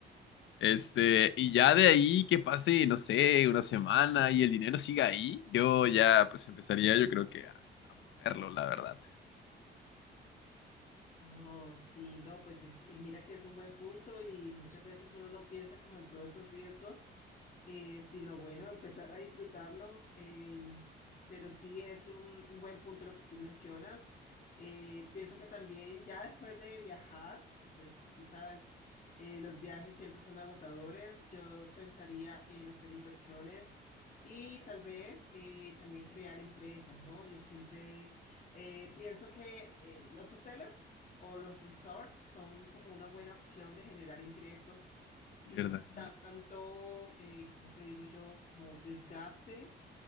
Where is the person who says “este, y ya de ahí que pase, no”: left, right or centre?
Left